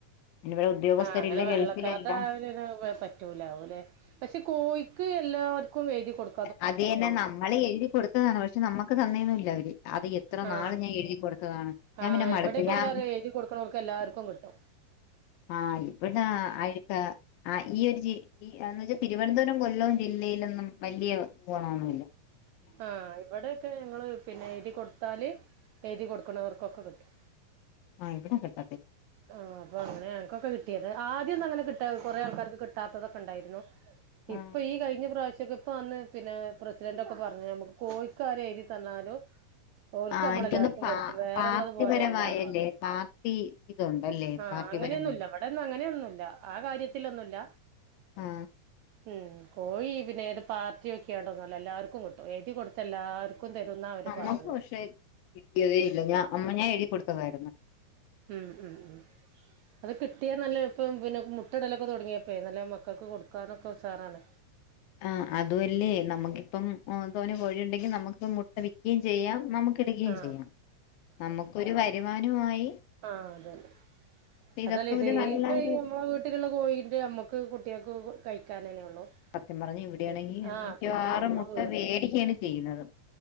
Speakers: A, on the left; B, on the right.
A: ഇനിവിടെ ഉദ്യോഗസ്ഥരില്ല
B: ആ അങ്ങനെ വെള്ളക്കാർഡ്
A: ഗൾഫിലല്ല
B: ആവല <unintelligible> പറ്റ് പറ്റൂലാവോ അല്ലെ പക്ഷെ കോഴിക്ക് എല്ലാവർക്കും എഴുതി കൊടുത്ത്
A: അത് തന്നെ നമ്മള് എഴുതി കൊടുത്തതാണ് പക്ഷെ നമ്മുക്ക് തന്നയൊന്നുയില്ല അവര് അത് എത്ര
B: ആ
A: നാള് ഞാൻ എഴുതി കൊടുത്തതാണ് ഞാൻ
B: ആ
A: പിന്നെ മടുത്ത്
B: ഇവിടെയൊക്കെ
A: ഞാൻ
B: എന്താ പറയാ എഴുതി കൊടുക്കണോർക്ക് എല്ലാവർക്കും കിട്ടും
A: ആ ഇവിടെ ആയിട്ട് ആ ഈ ഒരു ജി ഈ അന്ന് വെച്ചാൽ തിരുവനന്തപുരം കൊല്ലവും ജില്ലയിലൊന്നും വലിയ ഗുണമൊന്നു ഇല്ല.
B: ആഹ ഇവിടെക്കെ ഞങ്ങള് പിന്നെ എഴുതി കൊടുത്താല് എഴുതി കൊടുക്കുന്നവർക്കൊക്കെ കിട്ടും.
A: ആഹ് ഇവിടെ കിട്ടത്തില്ല
B: ആ അപ്പൊ അങ്ങനെ ഞങ്ങക്കൊക്കെ കിട്ടിയത് ആദ്യം ഒന്നും അങ്ങനെ കിട്ടാ കൊറേ ആൾക്കാർക്ക് കിട്ടാത്തതൊക്കെ ഉണ്ടായിരുന്നു.
A: ആ
B: ഇപ്പൊ ഈ കഴിഞ്ഞ പ്രാവശ്യക്കെ ഇപ്പ വന്ന് പിന്നെ പ്രസിഡന്റ ഒക്കെ പറഞ്ഞ നമുക്ക് കോഴിക്കാരെ എഴുതി തന്നാലോ ഓൽക്ക്
A: ആ
B: നമ്മളെല്ലാർക്കും
A: എനിക്കൊന്ന് പാ
B: കൊടുക്കും വേറെള്ളത്
A: പാർട്ടിപരമായല്ലേ
B: പോലെയല്ലാന്ന് പറ
A: പാർട്ടി ഇതുണ്ടല്ലേ
B: ആഹ്
A: പാർട്ടിപരം
B: അങ്ങനെയൊന്നും ല്ല <unintelligible> ഇവിടെന്നും അങ്ങനെയൊന്നുംല്ല ആ കാര്യത്തിലൊന്നുല്ല
A: ആ
B: ഉം കോയി പിന്നെ ഏത് പാർട്ടിയൊക്കികണ്ടൊന്നുല്ല എല്ലാവർക്കും കിട്ടും എഴുതി കൊടുത്ത എല്ലാർ ക്കും തരുന്ന അവര്
A: നമ്മക്ക്
B: പറഞ്ഞേ
A: പക്ഷെ കിട്ടിയതേ ഇല്ല ഞാൻ അമ്മ ഞാൻ എഴുതിക്കാടുത്തതായിരുന്നു.
B: ഉം ഉം അതൊക്കെ കിട്ടിയാൽ നല്ല എളുപ്പം പിന്നെ മുട്ടിടലൊക്കെ തുടങ്ങിയപ്പോഴെ നല്ല മക്കൾക്ക് കൊടുക്കാനൊക്കെ ഉഷാറാണ്.
A: ആ അതു അല്ലേ നമുക്കിപ്പം തോനേ കോഴിയുണ്ടെങ്കിൽ നമുക്ക് മുട്ട വിൽക്കുകയും ചെയ്യാം നമുക് ടുകയും
B: ആഹ്
A: ചെയ്യാം നമുക്കൊരു വരുമാനമായി
B: ആ അതല്ലെ
A: പക്ഷെ
B: അതല്ലേ
A: ഇതൊക്കെ
B: ഇത്
A: ഒരു നല്ല
B: ഈ പ്പൊ
A: ഒരു
B: ഈ നമ്മള് വീട്ടിലുള്ള കോഴിന്റെ ഞമ്മക്ക് കുട്ടികൾക്ക് കഴിക്കാൻ ന്നെ ഉള്ളു.
A: സത്യം പറഞ്ഞാ ഇവിടെയാണെങ്കിൽ
B: പിന്ന ആഹ്
A: മിക്കവാറും
B: പിന്നെ ഞമ്മളെ
A: മുട്ട
B: വീ
A: വേടിക്കയാണ് ചെയ്യുന്നത്.